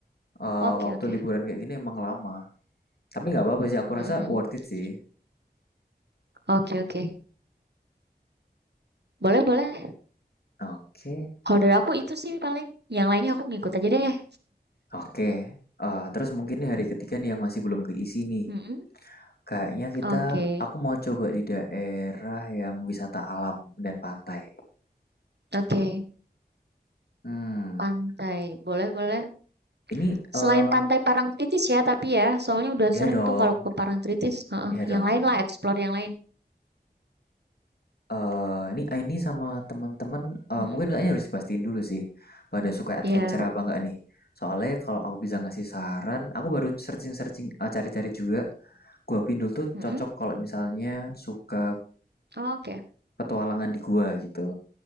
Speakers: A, on the left (about 65°); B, on the right (about 80°).
A: eh,
B: Oke
A: waktu
B: oke.
A: liburan kayak gini emang lama. Tapi nggak apa-apa
B: Mmm,
A: sih, aku rasa worth it
B: <laughs>
A: sih.
B: Oke oke. Boleh boleh.
A: Oke,
B: Kalau dari aku itu sih paling, yang lainnya aku ngikut aja deh.
A: oke. Eh, terus mungkin nih hari ketiga nih yang masih belum keisi nih.
B: Mhm.
A: Kayaknya kita,
B: Oke
A: aku mau coba di daerah yang wisata alam dan pantai.
B: oke.
A: Hmm,
B: Pantai, boleh boleh.
A: ini
B: Selain
A: eh
B: pantai Parangtritis ya, tapi ya, soalnya udah
A: ya
B: sering
A: dong,
B: tuh kalau ke Parangtritis, heeh,
A: ya dong.
B: yang lain lah, explore yang lain.
A: Eee, ini Aini sama teman-teman eee,
B: Mhm,
A: mungkin kayaknya harus dipastiin dulu sih, pada suka adventure
B: iya,
A: apa enggak nih. Soalnya kalau aku bisa ngasih saran, aku baru searching-searching, eee, cari-cari juga, Gua Pindul tuh
B: mhm,
A: cocok kalau misalnya suka
B: oke.
A: petualangan di gua gitu.